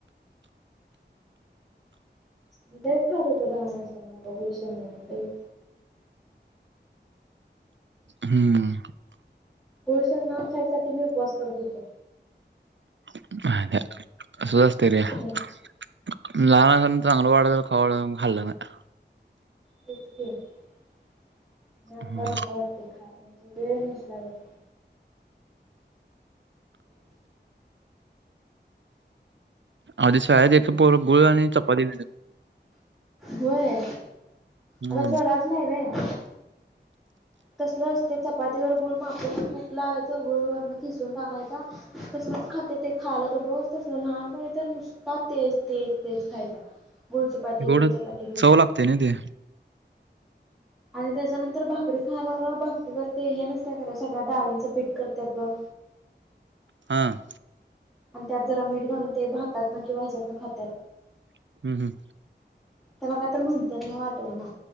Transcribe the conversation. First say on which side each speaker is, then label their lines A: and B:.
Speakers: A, in the centre; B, on the right.
A: मी लय खात होतो लहान असताना गुळ शेंगदाणे लय.
B: हम्म
A: गुळ शेंगदाणे खायसाठी मी उपवास करत होतो.
B: <unintelligible> असच असतय रे.
A: हं
B: लहान लहान असताना चांगला वाटायचं म्हणून हा वाटायचं पण खाल्लं नाही.
A: तेच की आता
B: हम्म
A: नको वाटते खायला म्हणजे वेळ नसल्यावर
B: आधी शाळेत एक पोर गुळ आणि चपाती.
A: होय
B: हम्म.
A: आता स्वराज नाही आहे र. तसलच ते चपातीवर गुळ माकून तूप लावायचं गुळ वरून खिसून टाकायचा. तसलंच खाते ते खायला तर रोज तस लहानपणी तर मु पहा तेच तेच खायचा गुळ चपाती
B: गोड
A: गुळ चपाती गुळ
B: चव
A: चपाती.
B: लागते ना ते
A: आणि त्याच्यानंतर भा तरी खायला ते भाकरी बरोबर करतात ते सगळ्या डाळींचे पीठ करतात बघ.
B: हां
A: आणि त्यात जरा मीठ घालून ते भातात ना किंवा ह्याच्यात ना खातात.
B: हम्म हम्म
A: तर मग आ तर म्हणतात ना आठवना